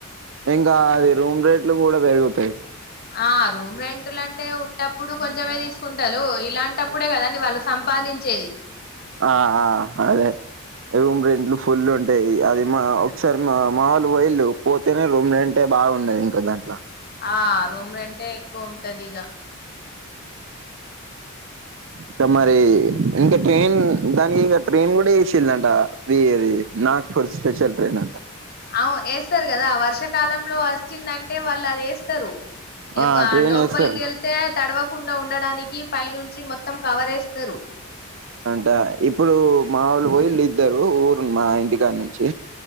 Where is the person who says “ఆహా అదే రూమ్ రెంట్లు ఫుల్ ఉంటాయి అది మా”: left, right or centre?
Right